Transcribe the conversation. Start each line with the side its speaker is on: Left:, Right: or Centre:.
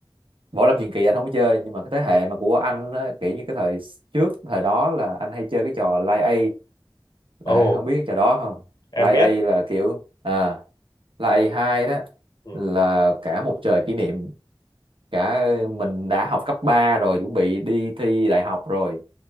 Right: võ lâm truyền kỳ anh không có chơi nhưng mà cái thế
Left: ừ.
Right: hệ mà của anh á, kiểu như cái thời trước thời đó là anh hay chơi cái trò Lai A
Left: ồ
Right: Đấy, không biết trò đó không?
Left: em
Right: Line
Left: biết
Right: A là kiểu à Line A2 đó
Left: ừ.
Right: là cả một trời kỷ niệm, cả mình đã học cấp 3 rồi, chuẩn bị đi thi đại học rồi,